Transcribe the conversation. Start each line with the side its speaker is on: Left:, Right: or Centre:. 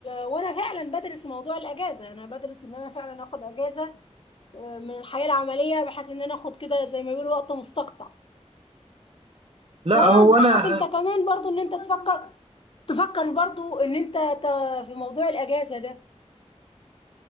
Left: وانا فعلا بدرس موضوع الاجازة انا بدرس ان انا فعلا اخد اجازة آه، من الحياة العملية بحيث ان انا اخد كده زي ما بيقولوا وقت مستقطع
Right: لا
Left: وانا
Right: هو
Left: انصحك
Right: انا
Left: انت كمان برضو ان انت تفكر تفكر برضو ان انت ت- في موضوع الاجازة ده